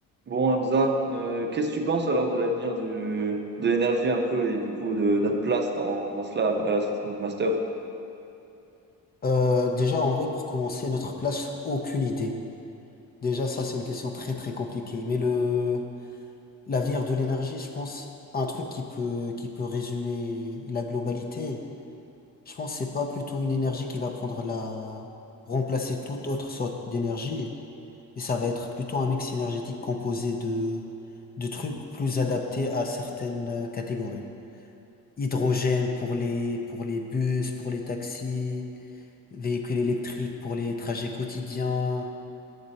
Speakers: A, on the right (about 35°); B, on the left (about 30°).
A: Bon, Hamza, euh, qu'est-ce que tu penses alors de l'avenir du, de l'énergie un peu et du coup de notre place dans, dans cela à la sortie de notre master?
B: Euh, déjà, en vrai, pour commencer, notre place, aucune idée. Déjà, ça, c'est une question très, très compliquée. Mais le, l'avenir de l'énergie, je pense, un truc qui peut, qui peut résumer la globalité, je pense, c'est pas plutôt une énergie qui va prendre la, remplacer toute autre sorte d'énergie. Et ça va être plutôt un mix énergétique composé de, de trucs plus adaptés à certaines euh, catégories. Hydrogène pour les, pour les bus, pour les taxis, Véhicules électriques pour les trajets quotidiens.